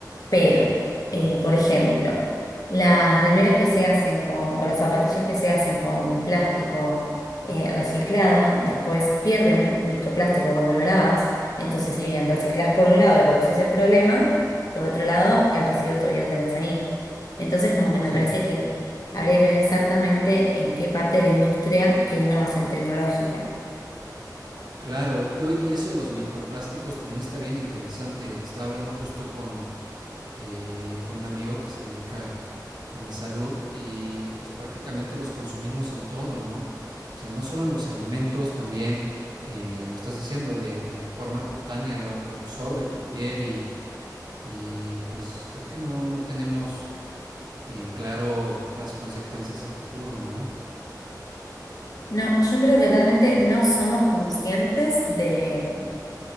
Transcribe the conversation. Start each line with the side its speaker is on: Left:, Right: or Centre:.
Left: Pero, eh, por ejemplo, las remeras que se hacen con, o las zapatillas que se hacen con plástico eh, reciclado, después pierden microplástico cuando lo lavas. Entonces, si bien reciclás por un lado y reducís el problema, por otro lado, el residuo todavía lo tenés ahí. Entonces, como que
Right: Sí.
Left: me parece que habría que ver exactamente en qué parte de la industria qué innovación tecnológica.
Right: Claro, y oye, y eso de los microplásticos también está bien interesante. Estaba hablando justo con, eh, con un amigo que se dedica a la salud y pues prácticamente los consumimos en todo, ¿no? O sea, no solo en los alimentos, también eh, lo estás diciendo de, de forma cutánea, lo, lo absorbe tu piel y, y, pues creo que no, no tenemos en claro las consecuencias a futuro, ¿no?
Left: No, yo creo que realmente no somos conscientes de